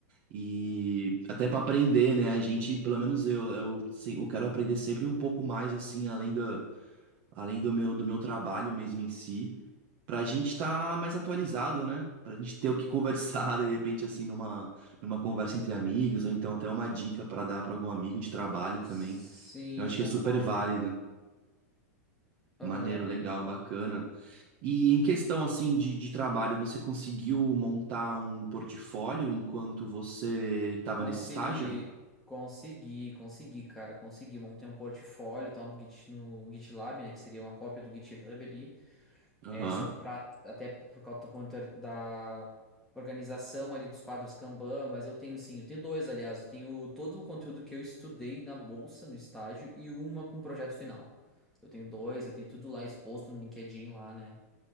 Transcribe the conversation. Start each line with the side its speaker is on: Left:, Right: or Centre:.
Right: E até para aprender, né? A gente, pelo menos eu, eu, sei- eu quero aprender sempre um pouco mais assim, além do, além do meu do meu trabalho mesmo em si. Pra gente estar mais atualizado, né? Pra gente ter o que conversar, <laughs> de repente, assim, numa, numa conversa entre amigos, ou então até uma dica pra dar pra algum amigo de trabalho
Centre: Sim,
Right: também. Eu acho que
Centre: concordo.
Right: é super válido.
Centre: Aham.
Right: Maneiro, legal, bacana. E em questão, assim, de, de trabalho, você conseguiu montar um portfólio enquanto você estava
Centre: Consegui,
Right: nesse estágio?
Centre: consegui, consegui, cara, consegui. Montei um portfólio e tal no Git, no GitLab, né? Que seria uma cópia do GitHub ali.
Right: Aham.
Centre: É, só que pra, até por causa da contor- da organização ali dos quadros Kanban, mas eu tenho sim, eu tenho dois, aliás, eu tenho todo o conteúdo que eu estudei na bolsa, no estágio, e uma com projeto final. Eu tenho dois, eu tenho tudo lá exposto no LinkedIn lá, né?